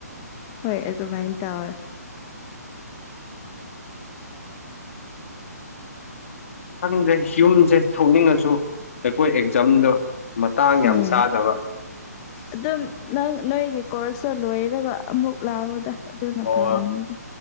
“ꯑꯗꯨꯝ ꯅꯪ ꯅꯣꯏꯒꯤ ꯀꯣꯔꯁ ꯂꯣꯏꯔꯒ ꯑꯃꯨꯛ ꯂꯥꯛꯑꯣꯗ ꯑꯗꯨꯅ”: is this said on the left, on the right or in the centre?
Left